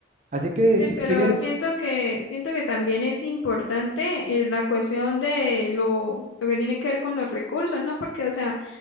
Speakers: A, on the right (about 40°); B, on the left (about 85°).
A: Así que
B: Sí,
A: si
B: pero
A: quieres,
B: siento que, siento que también es importante eh, la cuestión de lo, lo que tiene que ver con los recursos, ¿no? Porque, o sea,